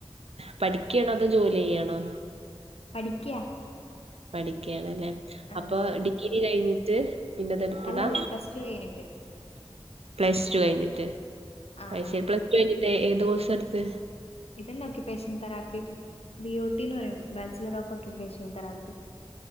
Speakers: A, on the right; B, on the left.
A: പഠിക്കണോ അതോ ജോലി ചെയ്യണോ
B: പഠിക്കയാ
A: പഠിക്കയണല്ലേ
B: ആഹ്
A: അപ്പൊ ഡിഗ്രി കഴിഞ്ഞിട്ട് പിന്നെത എടുത്തതാ
B: അല്ലല്ല പ്ലസ് ടു കഴിഞ്ഞിട്ട്
A: പ്ലസ് ടു കഴിഞ്ഞിട്ട്
B: ആഹ്
A: അ
B: ആഹ്
A: ശരി പ്ലസ് ടു കഴിഞ്ഞിട്ടേ ഏത് ദിവസം എടുത്ത്
B: ഇത തന്നെ ഒക്യുപേഷണൽ തെറാപ്പി ബിഒടിിന്ന് പറയും ബാച്ചലർ ഓഫ് ഒക്കയുപേഷണൽ തെറാപ്പി